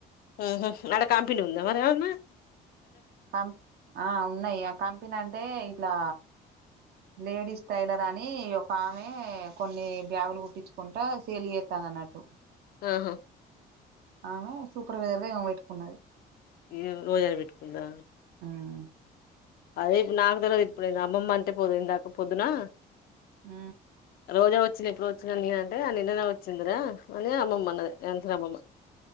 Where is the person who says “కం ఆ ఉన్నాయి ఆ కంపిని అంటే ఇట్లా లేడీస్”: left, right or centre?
Right